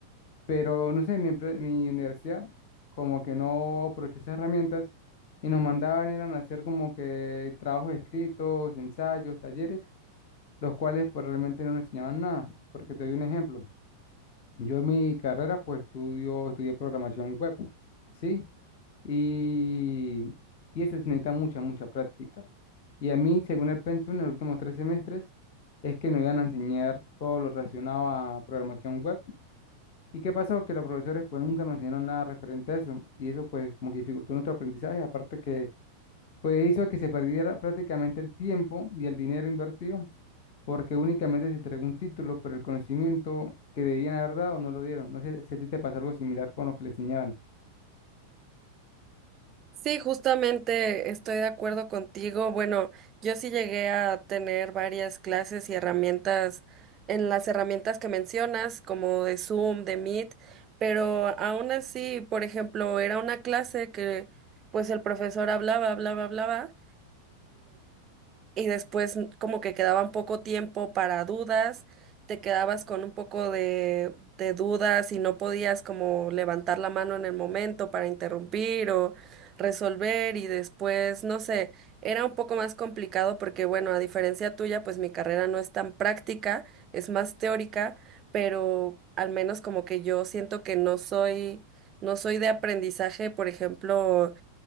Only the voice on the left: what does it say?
Pero no sé, mi, empre- mi universidad como que no aprovechó esas herramientas y nos mandaban eran a hacer como que trabajos escritos, ensayos, talleres, los cuales pues realmente no nos enseñaban nada. Porque te doy un ejemplo. Yo en mi carrera pues estudio, estudié programación web, ¿sí? y, y eso necesita mucha, mucha práctica. Y a mí, según el pensum, en los últimos tres semestres, es que nos iban a enseñar todo lo relacionado a programación web. ¿Y qué pasó? Que los profesores pues nunca nos enseñaron nada referente a eso y eso pues como que dificultó nuestro aprendizaje, aparte que pues hizo que se perdiera prácticamente el tiempo y el dinero invertido porque únicamente se entregó un título, pero el conocimiento que debían haber dado no lo dieron. No sé si a ti te pasó algo similar con lo que le enseñaban.